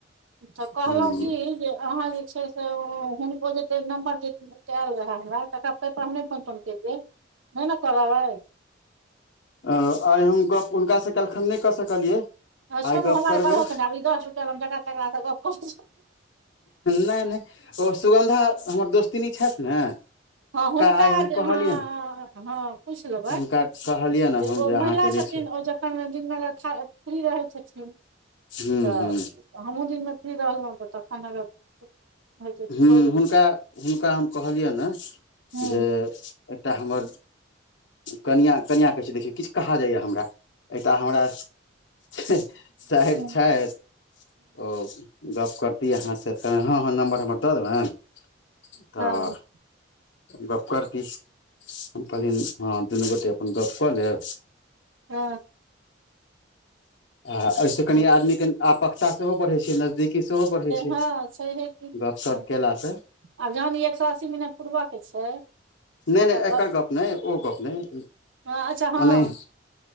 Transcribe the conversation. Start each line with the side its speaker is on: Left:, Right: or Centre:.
Right: तऽ
Left: हुँ
Right: कहलौव की जे अहाँ जे छै से ओ हुन ओ जे छै नंबर जे से एल रेहेहमरा तकरा तै पर हम नै फोन - तोन केलिए। नै न करब आय।
Left: अ आय हम गप्प हुनकासँ कैलखन नै कऽ सकलियै।
Right: आ छोरू
Left: आइ गप
Right: हमरा
Left: करबै
Right: करहो के ने आब ई दस रुपये ल हम जकड़ा तकरा स गप क
Left: नय -नय ओ सुगन्धा हमर दोस्तिन छैथ ने।
Right: हँ हुनका
Left: आइ हम
Right: जे अहाँ,
Left: कहलियनि
Right: हँ पुइछ लेबैन
Left: हुनका कहलियनि
Right: जे
Left: हम
Right: ओ महिला
Left: अहाँके जे
Right: छ।
Left: छै
Right: थीन ओ जखन दिनगर खा फ्री रहै छथिन।
Left: हूँ
Right: तऽ
Left: हूँ
Right: हमहूँ दिन में फ्री रहलउ तऽ तखन अगर होइ छै तऽ
Left: हु
Right: भऽ गेल
Left: हुनका-हुनका हम कहलियेनहे,
Right: ह
Left: जे एकटा हमर कनियां-कनियां कहै छै देखियौ किछ कह जाइए हमरा। एतऽ हमरा सैर
Right: ह
Left: छैथ, ओ गप करती अहाँ स तऽ ह फोन नम्बर हमर दऽ देबैन, तऽ
Right: हँ
Left: गप्प करती हम कहली हँ दुनू गोटे अपन गप कऽ लेब।
Right: हँ।
Left: आ एहिसँ कनि
Right: अच्छा
Left: आदमीके आपकता सेहो बढ़ै छै, न दीकी सेहो बढ़ै छै
Right: हँ छैहे की
Left: गपशप
Right: हँ
Left: केलासँ।
Right: आब जहन ई एक सो अस्सी मिनट पूरबय के छै,
Left: नहि नहि
Right: त गप,
Left: एकर नहि ओ गप नहि
Right: अच्छा हँ।
Left: ओनाहि